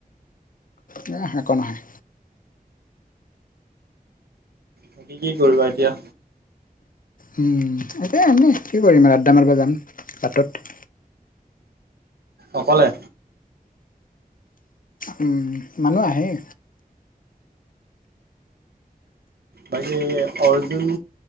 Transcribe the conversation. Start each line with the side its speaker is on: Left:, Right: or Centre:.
Left: নেহ একো নহয়।
Right: তাকে কি কৰিবা এতিয়া?
Left: উম' এতিয়া এনেই, কি কৰিম আ আদ্দা মাৰিব যাম বাটত।
Right: অকলে।
Left: উম' মানুহ আহেই।
Right: বাকী অৰ্জুন